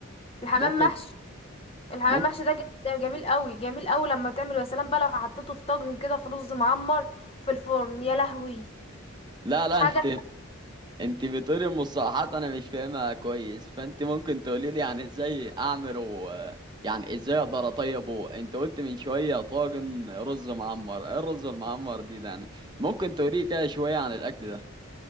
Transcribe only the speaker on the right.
ممكن
ممكن
لا لا
انت انت بتقولي المصطلحات انا مش فاهمها كويس فانت ممكن تقولي لي يعني ازاي اعمله يعني ازاي اقدر اطيبه انت قلت من شويه طاجن رز معمر ايه الرز المعمر دي ده يعني ممكن تقولي كده شويه عن الاكل ده